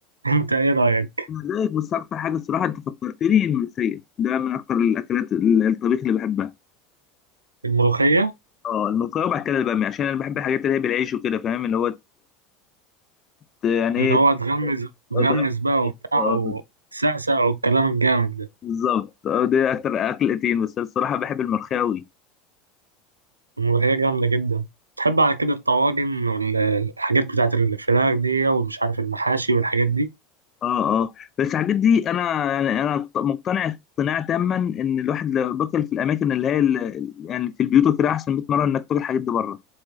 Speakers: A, on the right; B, on the left.
A: <laughs> أنت إيه رأيك
B: أنا زيك بس اكتر حاجه الصراحه انت فكرتني الملوخيه ده من اكتر الاكلات ال- الطبيخ اللي بحبها
A: الملوخية
B: اه الملوخيه وبعد كده الباميه عشان انا بحب الحاجات اللي هي بالعيش وكده فاهم اللي هو ت- يعني
A: اللي
B: ايه
A: هو تغمز تغمز
B: اه تغمس
A: بقى
B: في العيش.
A: وبتاع
B: آه،
A: وسقسق والكلام الجامد ده
B: بالظبط اه ده اكتر اكلتين بس أنا الصراحه بحب الملوخيه قوي
A: الملوخية جامدة جدا تحب على كده الطواجن والحاجات بتاعت الفراخ دي ومش عارف المحاشي والحاجات دي
B: اه اه بس الحاجات دي انا يعني انا مقتنع اقتناع تاما ان الواحد لو باكل في الاماكن اللي هي ال- يعني في البيوت وكده احسن 100 مره انك تاكل الحاجات دي بره